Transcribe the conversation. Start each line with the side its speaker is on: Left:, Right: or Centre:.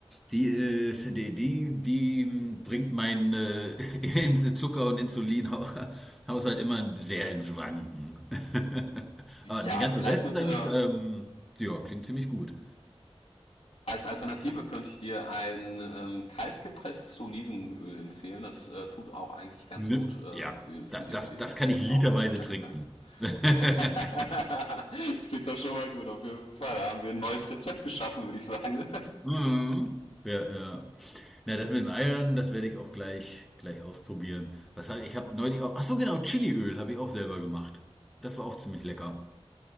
Centre: Die, äh, ist- die, die, die mm, bringt meinen äh, <laughs> Ins- Zucker- und Insulinhaushalt immer sehr ins Wanken. <laughs> Aber der
Left: Ja,
Centre: ganze
Left: vielleicht
Centre: Rest
Left: könnte
Centre: ist eigentlich,
Left: da
Centre: ähm, ja, klingt ziemlich gut.
Left: Als Alternative könnte ich dir ein ähm, kaltgepresstes Olivenöl empfehlen. Das äh, tut auch eigentlich ganz
Centre: Ne?
Left: gut äh,
Centre: Ja,
Left: für, für
Centre: da,
Left: Diabetik.
Centre: das, das kann
Left: Es
Centre: ich
Left: ist
Centre: literweise
Left: auch auf jeden Fall
Centre: trinken.
Left: gut geeignet.
Centre: <laughs>
Left: <laughs> das klingt doch schon mal gut, auf jeden Fall. Da haben wir ein neues Rezept geschaffen, würde ich sagen. Ne?
Centre: Mhm. Ja, ja. Na, das mit dem Eiern, das werde ich auch gleich, gleich ausprobieren. Was hab, ich habe neulich auch, ach so genau, Chiliöl habe ich auch selber gemacht. Das war auch ziemlich lecker.